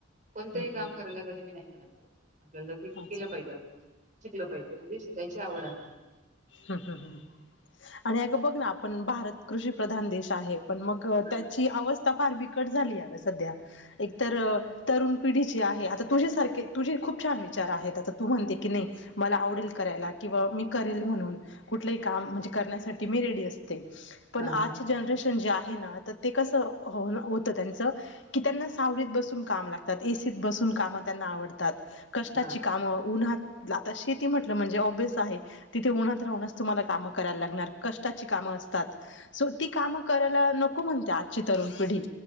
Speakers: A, on the right; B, on the left.
A: कोणतंही
B: हम्म
A: काम
B: हम्म
A: करायला कधी मी नाही म्हणत. आपल्याला ते केलं
B: अच्छा
A: पाहिजे आपण शिकल पाहिजे म्हणजे शिकायची आवड आहे मला.
B: हा हा हा आणि अग. बघ ना आपण भारत कृषी प्रधान देश आहे पण मग
A: हा
B: त्याची अवस्था फार ब बिकट झालीय सध्या एक तरुण. पिढीची आहे, आता तुझे सारखे तुझे खूप छान हाय. शहर आहे, तू म्हणते की, नाही मला आवडेल करायला किंवा मी करे म्हणून कुठ काम म्हणजे. करण्यासाठी मी रेडी असते पण
A: हा हा
B: आज ची जनरेशने जी आहे. घे ना तर ते कस हो होत, त्यांच की, त्यांना सावत बसून काम लातात एसीत बसुन. काम त्यांना आवडतात कष्टाची
A: हा
B: काम उन्हाात. आता शेती म्हटलं, म्हणजे ओबीस आहे तिथे उन्हात राहूनच तुम्हाला कामं करायला लागणार कष्टाची कामं. असतात सो ती काम करायला नको म्हता आजची तरुण पिढी